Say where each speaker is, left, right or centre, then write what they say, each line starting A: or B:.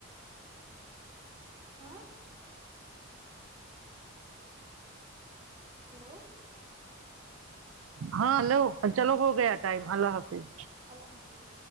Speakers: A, on the right; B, on the right.
A: ہاں ہلو
B: ہاں لو چلو ہو
A: ہاں
B: گیا ٹائم اللہ حافظ
A: اللہ حافظ